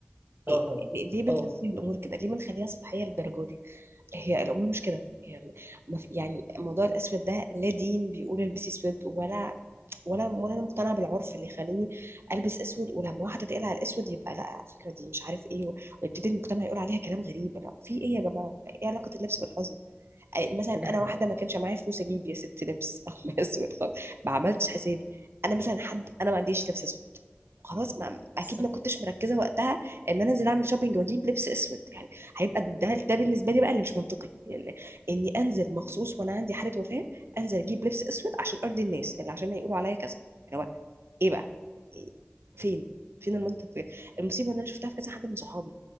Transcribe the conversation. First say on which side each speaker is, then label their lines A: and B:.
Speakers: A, on the right; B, on the right.
A: اه
B: إيه ليه ليه بنقسم
A: اه
B: الامور كده ليه بنخليها سطحيه للدرجه دي هي الامور مش كده يعني ما في- يعني موضوع الاسود ده لا دين بيقول البسي اسود ولا ولا ولا انا مقتنعه بالعرف اللي يخليني البس اسود ولما واحده تقلع الاسود يبقى لا على فكره دي مش عارف ايه ويبتدي المجتمع يقول عليها كلام غريب لا في ايه يا جماعه ايه علاقه اللبس بالحزن مثلا انا
A: ده حقيقي
B: واحده ما كانش معايا فلوس اجيب يا ست لبس <laughs> او اسود خالص ما عملتش حسابي انا مثلا حد انا ما عنديش لبس اسود خلاص ما اكيد
A: صح
B: ما كنتش مركزه وقتها ان انا انزل اعمل شوبينج واجيب لبس اسود يعني هيبقى ده ده بالنسبه لي بقى اللي مش منطقي يعني اني انزل مخصوص وانا عندي حاله وفاه انزل اجيب لبس اسود عشان ارضي الناس اللي عشان هيقولوا عليا كذا اللي هو ايه بقى إيه؟ فين فين المنطق في كده؟ المصيبه ان انا شفتها في كذا حد من صحابي